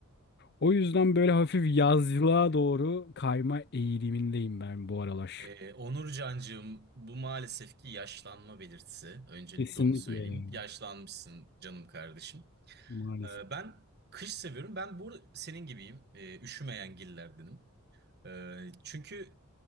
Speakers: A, on the left; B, on the right.
A: O yüzden böyle hafif yazlığa doğru kayma eğilimindeyim ben bu aralar.
B: e, Onur Cancığım, bu maalesef ki yaşlanma belirtisi. Öncelikle
A: Kesinlikle
B: onu söyleyeyim.
A: yani.
B: Yaşlanmışsın canım kardeşim.
A: Maalesef.
B: E, ben kış seviyorum. Ben bu arada senin gibiyim. E, üşümeyen gillerdenim. E, çünkü